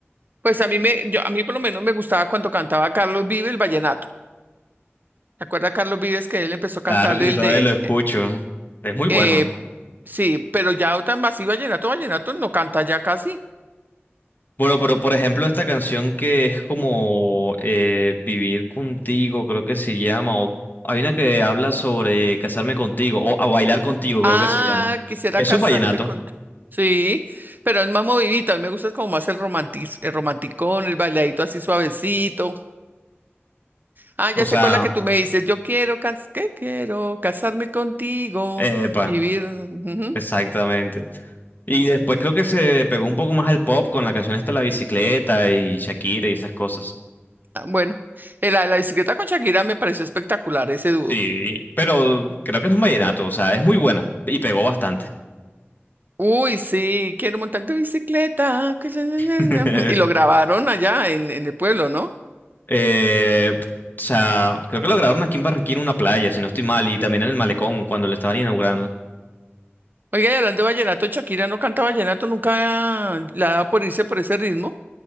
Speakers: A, on the right (about 45°); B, on the left (about 45°).
A: Pues a mí me, yo, a mí por lo menos me gustaba cuando cantaba Carlos Vives el vallenato. ¿Te acuerdas Carlos Vives que él empezó a
B: Claro,
A: cantar
B: yo
A: el
B: todavía
A: de,
B: lo escucho,
A: eh,
B: es muy bueno.
A: eh, sí, pero ya otra más y vallenato, vallenato no canta ya casi.
B: Bueno, pero por ejemplo, esta canción que es como eh, Vivir contigo, creo que se llama, o hay una que habla sobre casarme contigo, o a bailar contigo, creo
A: Ah,
B: que se llama.
A: quisiera
B: Eso
A: casarme
B: es vallenato.
A: con tu- Sí, pero es más movidito, a mí me gusta como más el romantiz, el romanticón, el bailadito así suavecito. Ah,
B: O
A: ya
B: sea,
A: sé cuál es la que tú me dices. Yo quiero, cas- ¿qué quiero? Casarme contigo,
B: epa,
A: vivir. ujú.
B: exactamente. Y después creo que se pegó un poco más al pop con la canción esta La Bicicleta y Shakira y esas cosas.
A: Ah, bueno, eh, la de la bicicleta con Shakira me pareció espectacular ese dúo.
B: Sí, pero creo que es un vallenato, o sea, es muy buena y pegó bastante.
A: Uy, sí, quiero montar en tu bicicleta. que se- na-
B: <laughs>
A: na- na. Y lo grabaron allá en, en el pueblo, ¿no?
B: Eh, o sea, creo que lo grabaron aquí en Barranquilla en una playa, si no estoy mal, y también en el Malecón cuando lo estaban inaugurando.
A: Oiga, y hablando de vallenato, Shakira no canta vallenato, nunca la da por irse por ese ritmo.